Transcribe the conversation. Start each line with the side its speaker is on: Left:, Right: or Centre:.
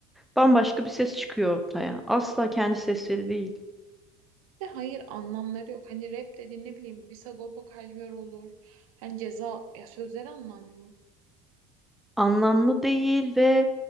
Centre: Bambaşka bir ses çıkıyor ortaya. Asla kendi sesleri değil.
Right: Bir de hayır anlamları yok. Hani rap dediğin ne bileyim bir Sagopa Kajmer olur. Hani ceza ya sözleri anlamlı.
Centre: anlamlı değil ve